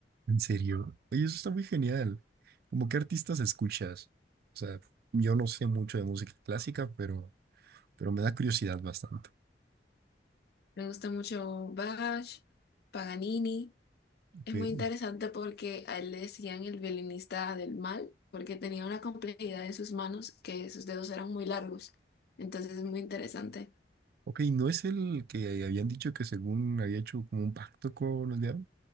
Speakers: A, on the right; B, on the left.
A: ¿En serio? Oye, eso está muy genial. ¿Cómo qué artistas escuchas? O sea, yo no sé mucho de música clásica, pero, pero me da curiosidad bastante.
B: Me gusta mucho Bach, Paganini.
A: Ok,
B: Es muy interesante porque a él le decían el violinista del mal, porque tenía una complejidad en sus manos que sus dedos eran muy largos. Entonces es muy interesante.
A: Ok, ¿no es el que habían dicho que según había hecho como un pacto con el diablo?